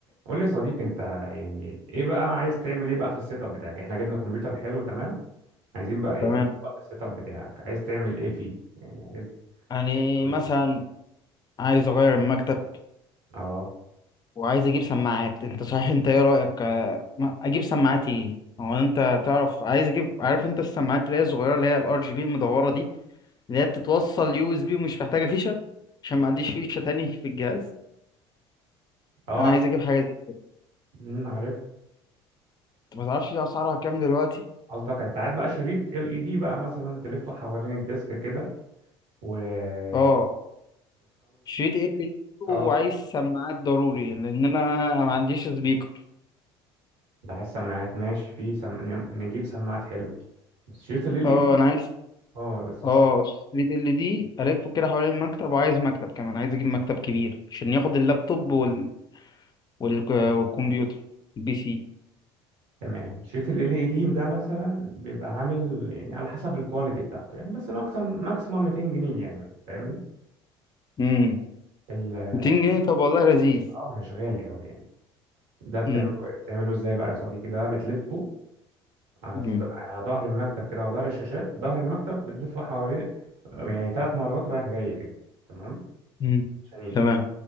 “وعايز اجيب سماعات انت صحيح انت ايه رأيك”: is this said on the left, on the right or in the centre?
Left